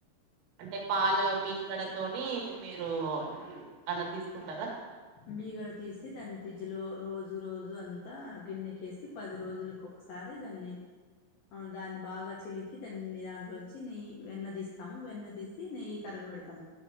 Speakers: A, on the right (about 80°); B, on the left (about 75°).
A: అంటే పాల మీగడ తోని మీరు అలా తీసుకుంటారా
B: మీగడ తీసి దాన్ని ఫ్రిడ్జ్‌లో రోజు రోజు అంతా గిన్నెకేసి పది రోజులుకు ఒక్కసారి దాన్ని ఆ దాన్ని బాగా చిలికి దాన్ని దాంట్లోంచి నెయ్యి వెన్న తీస్తాము వెన్న తి ఏసి నెయ్యి కరగబెడతాం